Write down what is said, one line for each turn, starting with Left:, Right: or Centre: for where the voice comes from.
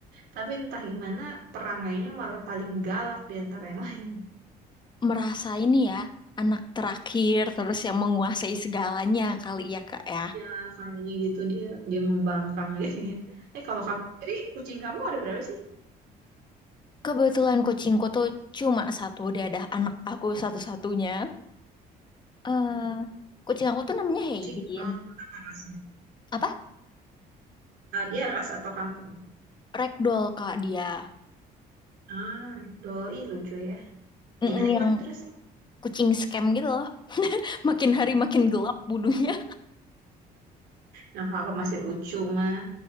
Right: Tapi entah gimana perangainya malah paling galak di antara yang lain.
Left: Merasa ini ya, anak terakhir terus yang menguasai segalanya kali ya, Kak ya.
Right: Ya, kayaknya gitu dia dia membangkang jadinya. Eh, kalau kamu jadi kucing kamu ada berapa sih?
Left: Kebetulan kucingku tuh cuma satu, dia ada anak aku satu-satunya. eh
Right: Hmm,
Left: kucing aku tuh namanya Haydin.
Right: Kucing eh, apa rasnya?
Left: Apa?
Right: Ah, dia ras atau kampung?
Left: Ragdoll, Kak, dia.
Right: Ah, doi lucu ya.
Left: Mm-mm,
Right: Gimana gimana
Left: yang
Right: terus?
Left: kucing scam gitu loh. Makin hari makin gelap bulunya.
Right: Yang apa masih lucu mah?